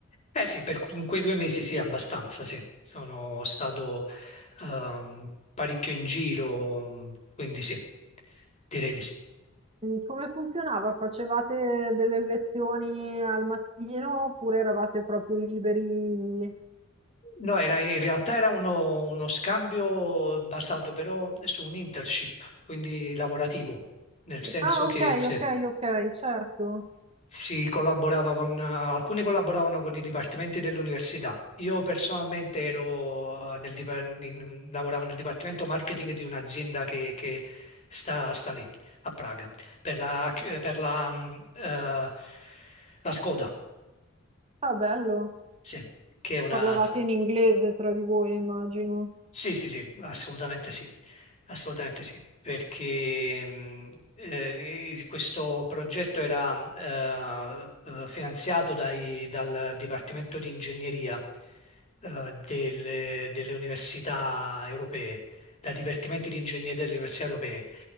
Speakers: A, on the left; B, on the right.
A: Eh sì, per- in quei due mesi sì, abbastanza sì. Sono stato ehm, parecchio in giro, quindi sì, direi di sì.
B: Mm, Come funzionava? Facevate delle lezioni al mattino oppure eravate proprio liberi?
A: No, era- in realtà era uno, uno scambio basato però su un internship, quindi lavorativo, nel senso
B: Ah,
A: che
B: ok,
A: sì,
B: ok, ok, certo.
A: si collaborava con, eh, alcuni collaboravano con i dipartimenti dell'università. Io personalmente ero eh, nel, dipa- in- lavoravo nel dipartimento marketing di un'azienda che, che sta, sta lì, a Praga, per la, per la, mm, eh, la Skoda,
B: Ah, bello.
A: sì, che è una...
B: Parlavate in inglese tra di voi, immagino.
A: Sì, sì, sì, assolutamente sì, assolutamente sì, perché mh, eh, questo progetto era eh, eh, finanziato dai- dal Dipartimento di Ingegneria eh, delle, delle università europee, dai dipartimenti di ingegneria delle università europee.